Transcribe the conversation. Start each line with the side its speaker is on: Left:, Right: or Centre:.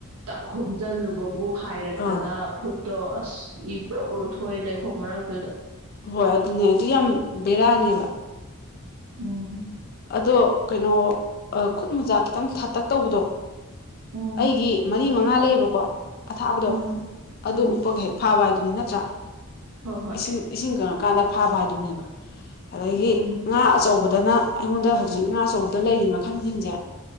Right: ꯥꯛ ꯍꯣꯨꯝꯖꯤꯜꯂꯨꯕꯕꯨ ꯍꯥꯏꯔꯛꯇꯅ
Left: ꯑꯥ
Right: ꯈꯨꯠ ꯇꯣ ꯑꯁ ꯏꯕ꯭ꯔꯥ ꯭ꯔꯨ ꯊꯣꯛꯑ ꯂꯩꯈꯣ ꯃꯔꯛꯇꯨꯗ
Left: ꯍꯣꯏ ꯑꯗꯨꯅꯦ ꯑꯗꯨ ꯌꯥꯝ ꯕꯦꯔꯥꯅꯦꯕ
Right: ꯎꯝ
Left: ꯑꯗꯣ ꯀꯩꯅꯣ ꯈꯨꯠ ꯃꯨꯖꯥ ꯈꯤꯇꯪ ꯊꯥꯇꯛ ꯇꯧꯕꯗꯣ
Right: ꯎꯝ
Left: ꯑꯩꯒꯤ ꯃꯔꯤ ꯃꯉꯥ ꯂꯩꯕꯀꯣ ꯑꯊꯥꯕꯗꯣ
Right: ꯎꯝ
Left: ꯑꯗꯨ
Right: ꯎꯝ
Left: ꯎꯞꯄꯒ ꯍꯦꯛ ꯐꯥꯕ ꯍꯥꯏꯗꯨꯅꯤ ꯅꯠꯇ꯭ꯔꯥ
Right: ꯍꯣꯏ ꯍꯣꯏ
Left: ꯏꯁꯤꯡ ꯏꯁꯤꯡ ꯀꯪꯉꯛꯀꯥꯟꯗ ꯐꯥꯕ ꯍꯥꯏꯗꯨꯅꯦꯕ ꯑꯗꯒꯤ
Right: ꯎꯝ ꯎꯝ
Left: ꯉꯥ ꯑꯆꯧꯕꯗꯅ ꯑꯩꯉꯣꯟꯗ ꯍꯧꯖꯤꯛ ꯉꯥ ꯑꯆꯧꯕꯗ ꯂꯩꯔꯤ ꯃꯈꯜꯁꯤꯡꯁꯦ ꯑ